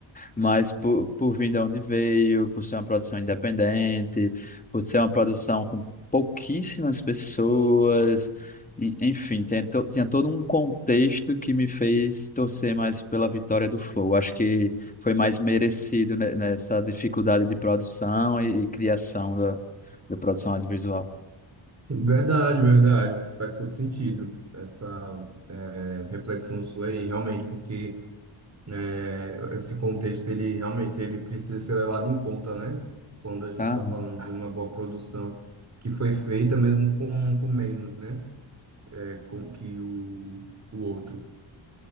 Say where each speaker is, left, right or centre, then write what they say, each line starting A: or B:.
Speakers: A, on the left (about 15°); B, on the right (about 35°).
A: Mas por, por vir de onde veio, por ser uma produção independente, por ser uma produção com pouquíssimas pessoas, e- enfim, tem to- tinha todo um contexto que me fez torcer mais pela vitória do Flow. Acho que foi mais merecido ne- nessa dificuldade de produção e, e criação da, da produção audiovisual.
B: Verdade, verdade. Faz todo sentido essa é, reflexão sua aí, realmente, porque. É, Esse contexto, ele realmente ele precisa ser levado em conta, né? Quando a gente
A: Ah,
B: está falando de uma boa produção que foi feita mesmo com, com menos, né? É, com, que o, o outro.